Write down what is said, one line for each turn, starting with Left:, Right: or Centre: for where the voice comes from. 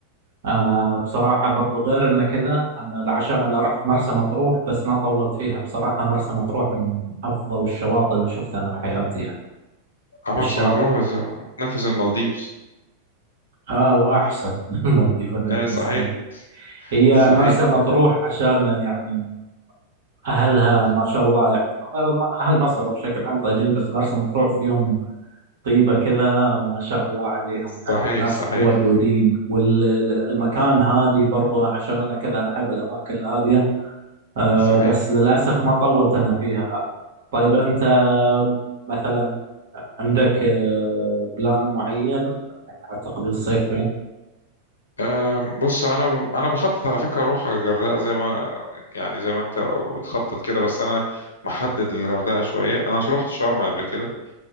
Right: أنا بصراحة برضو غير إن كذا أنا عشان أنا رحت مرسى مطروح بس ما طولت فيها بصراحة مرسى مطروح من أفضل الشواطئ اللي شفتها أنا بحياتي يعني
Left: مرسى
Right: الشاطئ
Left: مطروح بس نفس المالديفز
Right: آه وأحسن <laughs> من المالديف أنا بالنسبة
Left: ايه صحيح
Right: لي هي
Left: صحيح
Right: مرسى مطروح عشان يعني أهلها ما شاء الله يعني أهل مصر بشكل عام طيبين بس مرسى مطروح فيهم طيبة كذا ما شاء الله عليهم يعني
Left: صحيح
Right: ناس
Left: صحيح
Right: ودودين والمكان هادي برضه عشان أنا كذا أنا أحب الأماكن الهادية أه
Left: صحيح
Right: بس للأسف ما طولت أنا فيها طيب أنت مثلا عندك آه، بلان معين إنك هتقضي الصيف فين؟
Left: أم، بص انا ب- انا بخطط على فكره اروح الغردقه زي ما يعني زي ما انت بتخطط كده بس انا محدد الغردقه شويه انا عشان رحت شرم قبل كده